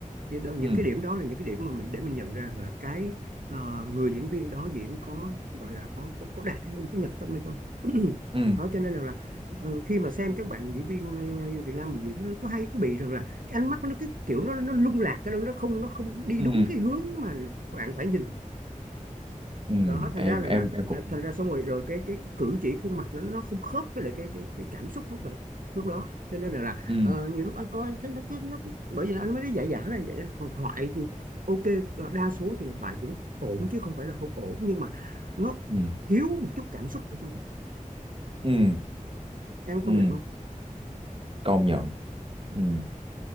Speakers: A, on the right; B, on the right.
A: Thì đó- những
B: ừ
A: cái điểm đó là những cái điểm mà mình để mình nhận ra là cái ờ, người diễn viên đó diễn có gọi là có có, có đạt hay không có nhập tâm hay không <clears throat>
B: ừ
A: đó cho nên là, là ờ, khi mà xem các bạn diễn viên ờ, Việt Nam mình diễn nó có hay có bị rằng là cái ánh mắt nó cái kiểu nó nó lung lạc cái đó nó không nó không đi
B: ừ
A: đúng cái hướng mà bạn phải nhìn
B: ừ
A: đó thành
B: em
A: ra rằng
B: em
A: là,
B: em cũng
A: là thành ra xong rồi rồi cái cái, cái cử chỉ khuôn mặt nó nó không khớp với lại cái cái, cái cảm xúc lúc đó lúc đó cho nên là, là
B: ừ
A: ờ, nhiều lúc anh coi anh thấy nó cứ nó cứ- bởi vì anh mới nói giả giả là vậy đó còn thoại thì ok ờ, đa số thì là thoại cũng ổn chứ không phải là không ổn nhưng mà nó
B: ừ
A: thiếu một chút cảm xúc ở trong đó
B: ừ
A: em có
B: ừ
A: công nhận không
B: công nhận ừ